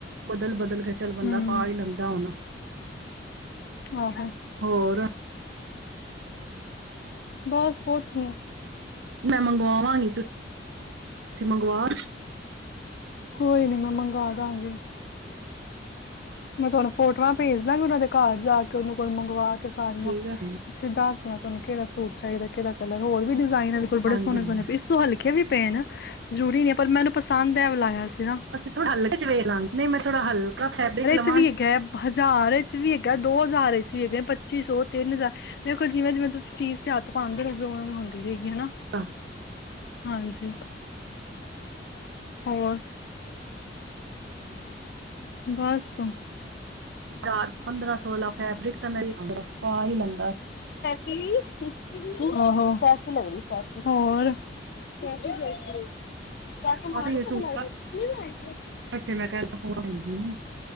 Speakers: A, on the right; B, on the left.
A: ਬਦਲ ਬਦਲ ਕੇ ਚੱਲ ਬੰਦਾ
B: ਹੂੰ
A: ਪਾ ਈ ਲੈਂਦਾ ਹੁਣ।
B: ਆਹੋ।
A: ਹੋਰ
B: ਬਸ ਕੁੱਛ ਨੀ।
A: ਮੈਂ ਮੰਗਵਾਵਾਂਗੀ, ਤੁਸੀਂ ਮੰਗਵਾ
B: ਕੋਈ ਨੀ ਮੈਂ ਮੰਗਵਾਦਾਂਗੀ। ਮੈਂ ਤੁਆਨੂੰ ਫੋਟੋਆਂ ਭੇਜ ਦਾਂਗੀ, ਉਹਨਾਂ ਦੇ ਘਰ ਜਾ ਕੇ ਉਹਨਾਂ ਕੋਲ ਮੰਗਵਾ ਕੇ ਸਾਰੀਆਂ
A: ਠੀਕ ਹੈ
B: ਦੱਸ ਦੇਆਂ ਤੁਆਨੂੰ ਕਿਹੜਾ ਸੂਟ ਚਾਈਦਾ, ਕਿਹੜਾ ਕਲਰ। ਹੋਰ ਵੀ ਡਿਜ਼ ਆਇਨ ਇਦੇ ਬੜੇ
A: ਹਾਂਜੀ
B: ਸੋਣੇ
A: ਹਾਂਜੀ
B: ਸੋਣੇੇ। ਇਸ ਤੋਂ ਹਲਕੇ ਵੀ ਪਏ ਨ। ਜ਼ਰੂਰੀ ਨਹੀਂ ਪਰ ਮੈਨੂੰ ਪਸੰਦ ਐ ਵਾਲਾ ਆਇਆ ਸੀ। ਨਾ
A: ਅੱਛਾ ਥੋੜਾ ਹਲਕਾ ਚ ਵੈਖਲਾਂਗੀ। ਨਹੀਂ ਮੈਂ ਥੋੜਾ ਹਲਕਾ ਫੈਬਰਿਕ ਲਵਾਂ
B: ਚ ਵੀ ਹੈਗਾ, ਹਜ਼ਾਰ ਇਚ ਵੀ ਹੈਗਾ, ਦੋ ਹਜ਼ਾਰ ਰ ਇਚ ਵੀ ਹੈਗਾਐ, ਪੱਚੀ ਸੌ, ਤਿੰਨ ਹਜ਼ਾਰ। ਦੇਖੋ ਜਿਵੇਂ ਜਿਵੇਂ ਤੁਸੀਂ ਚੀਜ਼ ਤੇ ਹੱਥ ਪਾਂਦੇ ਰੋਗੇ, ਉਵੇਂ ਓਵੇਂ ਹੁੰਦੀ ਰੇਗੀ, ਹੈਨਾ।
A: ਆ।
B: ਹਾਂਜੀ। ਹੋਰ। ਬੱਸ।
A: ਹਜ਼ਾਰ, ਪੰਦਰਾਂ ਸੋਲਾ ਫੈਬਰਿਕ <unintelligible> ਪਾ ਈ ਲੈਂਦਾ ਸੀ।
B: ਸੈ਼ਫੀ, ਸੈ਼ਫ ਹੋਰ। ਜੀ।
A: ਬਸ ਇਹ ਸੂਟ ਬੱਚੇ ਮੈਂ ਕਹਿਤਾ ਫੋਨ ਭੈਣ ਜੀ ਨੂੰ